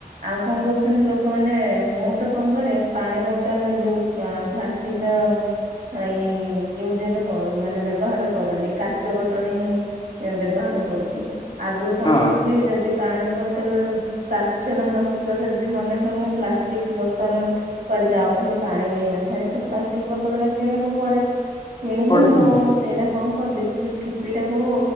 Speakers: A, on the right; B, on the left.
A: ଆଉ କ କରୁଛନ୍ତି ଲୋକମାନେ ମୁଁ ତ କ କରେ ପାଣି ବୋଟଲ ଯୋଉ ପା ପ୍ଲାଷ୍ଟିକ ର ଏଇ ୟଉଜ ଏବେ କର ମାନେ ବ୍ୟବହାର କରୁନି କାଚ ବୋତଲ୍ ହିଁ ଏ ବ୍ୟବହାର କରୁଚି ଆଗରୁ କଣ
B: ହଁ
A: କରୁଥିଲି ଯଦି ପାଣି ବୋତଲ କାଚର ନଥିବ ଯଦି ମନେକ ମୁଁ ପ୍ଲାଷ୍ଟିକ ବୋତଲ କଟ ଯାଉଥିବି ପାଣି ନେଇ ନଥାଏ ତ ପ୍ଲାଷ୍ଟିକ ବୋତଲ କିଣିବାକୁ ପଡ଼େ। କିଣିଲି
B: ପଡେ
A: ମୁଁ
B: ହଁ
A: ଆଉ ସେଇଟା କଣ କରିଦିଏ ସେ ଯୋଉ ଠିପିଟାକୁ